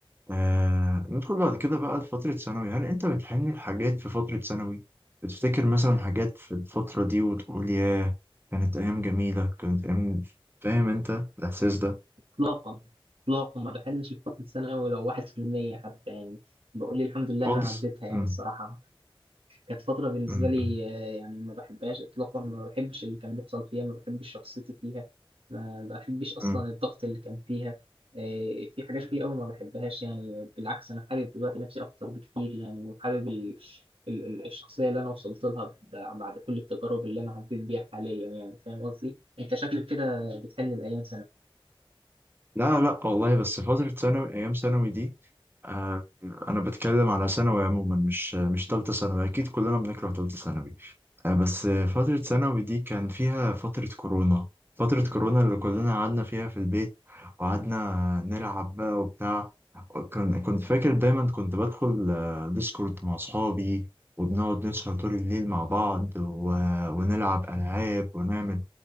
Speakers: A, on the right; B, on the right.
A: آه ندخل بعد كده بقى لفترة ثانوي هل أنت بتحن لحاجات في فترة ثانوي؟ بتفتكر مثلا حاجات في الفترة دي وتقول ياه كانت أيام جميلة كانت أيام فاهم أنت الإحساس ده
B: اطلاقا اطلاقا ما بحلمش بفتره الثانوي لو 1% حتى يعني بقول الحمد لله
A: خالص؟
B: انا عديتها يعني
A: مم.
B: الصراحه كانت فتره بالنسبه
A: مم.
B: لي
A: مم.
B: آه، يعني ما بحبهاش اطلاقا ما بحبش اللي كان بيحصل فيها ما بحبش شخصيتي فيها ما بحبش اصلا
A: مم.
B: الضغط اللي كان فيها آه، في حاجات كتير قوي ما بحبهاش يعني بالعكس انا حابب دلوقتي نفسي اكتر بكتير يعني وحابب ال- ال- ال- الشخصيه اللي انا وصلت لها بعد كل التجارب اللي انا عديت بيها حاليا يعني فاهم قصدي انت شكلك كده بتحن الايام
A: لا لا والله بس فترة ثانوي أيام ثانوي دي آه أنا بتكلم على ثانوي عموما مش مش تالتة ثانوي أكيد كلنا بنكره تالتة ثانوي آه، بس فترة ثانوي دي كان فيها فترة كورونا فترة كورونا اللي كلنا قعدنا فيها في البيت وقعدنا نلعب بقى وبتاع كان كنت فاكر دايما كنت بدخل آه، ديسكورد مع أصحابي وبنقعد نسهر طول الليل مع بعض و... ونلعب ألعاب ونعمل